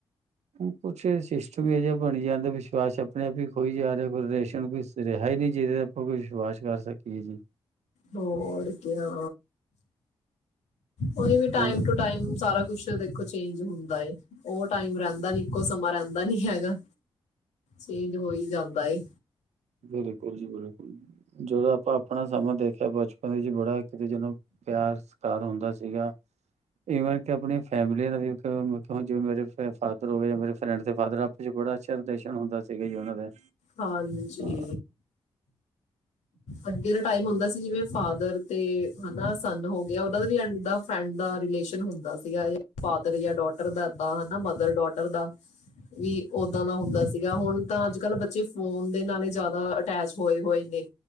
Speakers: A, on the right; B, on the left.
A: ਹੁਣ ਕੁੱਛ ਸਿਸਟਮ ਹੀ ਇਹੋ ਜਿਹਾ ਬਣੀ ਜਾਂਦਾ ਵਿਸ਼ਵਾਸ ਆਪਣੇ ਆਪ ਹੀ ਖੋਈ ਜਾ ਰਿਹਾ ਕੋਈ ਰਿਲੇਸ਼ਨ ਕੋਈ ਰਿਹਾ ਹੀ ਨਹੀਂ ਜਿਹਦੇ ਤੇ ਆਪਾਂ ਕੋਈ ਵਿਸ਼ਵਾਸ ਕਰ ਸਕੀਏ ਜੀ।
B: ਹੋਰ ਕੀ ਆਂ, ਉਹੀ ਟਾਈਮ
A: ਹੁਣ
B: ਟੂ ਟਾਈਮ ਸਾਰਾ ਕੁ ਕੁਛ ਦੇਖੋ ਚੇਂਜ ਹੁੰਦਾ ਉਹ ਟਾਈਮ ਰਹਿੰਦਾ ਨਹੀਂ, ਇੱਕੋ ਸਮਾਂ ਰਹਿੰਦਾ ਨਹੀਂ ਹੈਗਾ, ਚੇਂਜ ਹੋਈ ਜਾਂਦਾ। ਏ
A: ਬਿਲਕੁਲ ਜੀ ਬਿਲਕੁਲ ਜਦੋਂ ਆਪਾਂ ਆਪਣਾ ਸਮਾਂ ਦੇਖਿਆ ਬਚਪਨ ਵਿਚ ਬੜਾ ਕਿਤੇ ਜਦੋਂ ਪਿਆਰ, ਸਤਿਕਾਰ ਹੁੰਦਾ ਸੀ। ਸੀਗਾ, ਇਵਨ ਕਿ ਆਪਣੀ ਫੈਮਿਲੀ ਨਾਲ ਵੀ ਮਤਲਬ ਜਿਵੇਂ ਮੇਰੇ ਫਾਦਰ ਹੋ ਗਏ ਜਾਂ ਮੇਰੇ ਫਰੈਂਡਸ ਦੇ ਫਾਦਰ ਆਪਸ ਚ ਬੜਾ ਅੱਛਾ ਰਿਲੇਸ਼ਨ ਹੁੰਦਾ ਸੀਗਾ ਜੀ ਉਹਨਾਂ ਦਾ।
B: ਹਾਂਜੀ।
A: ਅ,
B: ਅੱਗੇ ਦਾ ਟਾਈਮ ਹੁੰਦਾ ਸੀ ਜਿਵੇਂ ਫਾਦਰ ਤੇ ਹਨਾ ਸੰਨ ਹੋ ਗਿਆ ਓਨ੍ਹਾਂ ਦਾ ਵੀ ਫਰੈਂਡ ਦਾ ਰਿਲੇਸ਼ਨ ਹੁੰਦਾ ਸੀਗਾ। ਫਾਦਰ ਜਾਂ ਡੋਟਰ ਦਾ ਐਦਾ, ਮਦਰ ਡੋਟਰ ਦਾ। ਵੀ ਓਦਾਂ ਦਾ ਹੁੰਦਾ ਸੀਗਾ। ਹੁਣ ਤਾਂ ਅੱਜ-ਕਲ ਬੱਚੇ ਫੋਨ ਦੇ ਨਾਲ ਹੀ ਜ਼ਿਆਦਾ ਅਟੈਚ ਹੋਏ-ਹੋਏ ਨੇ।